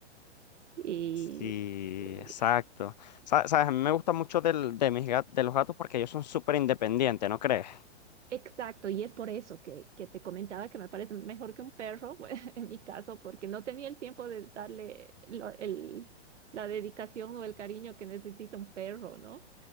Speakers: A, on the right; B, on the left.
A: Y
B: Sí,
A: eh,
B: exacto. Sa- Sabes, a mí me gusta mucho del- de mis gat- de los gatos porque ellos son súper independientes, ¿no crees?
A: Exacto, y es por eso que, que te comentaba que me parece mejor que un perro, <laughs> en mi caso, porque no tenía el tiempo de darle lo- el, la dedicación o el cariño que necesita un perro, ¿no?